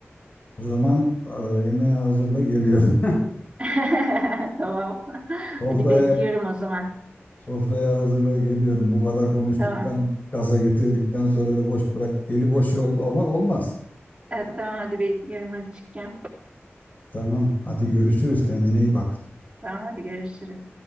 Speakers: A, on the left; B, on the right.
A: O zaman e, yemeği hazırla geliyorum.
B: <laughs> Tamam.
A: <laughs> Sofraya
B: Hadi bekliyorum o zaman.
A: sofraya hazırla geliyorum. Bu kadar konuştuktan,
B: Tamam.
A: gaza getirdikten sonra öyle boş bırak, eli boş yollamak olmaz.
B: Evet, tamam hadi bekliyorum açıkken.
A: Tamam, hadi görüşürüz. Kendine iyi bak.
B: Tamam hadi görüşürüz.